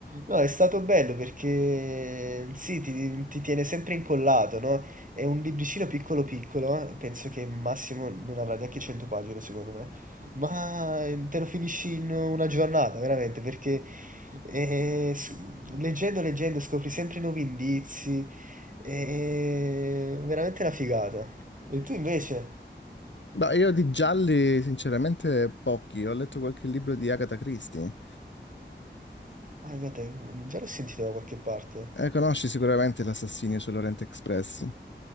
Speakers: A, on the right (about 45°); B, on the left (about 80°).
A: No, è stato bello perché sì, ti, ti tiene sempre incollato, no? È un libricino piccolo piccolo, eh, penso che massimo non avrà neanche 100 pagine secondo me, ma eh, te lo finisci in una giornata, veramente, perché eh, s- leggendo, leggendo scopri sempre nuovi indizi, è veramente una figata. E tu invece?
B: Ma io di gialli, sinceramente, pochi. Ho letto qualche libro di Agatha Christie.
A: Ah, guarda, mhmm, già l'ho sentita da qualche parte.
B: Eh, conosci sicuramente L'assassinio sull'Orient Express?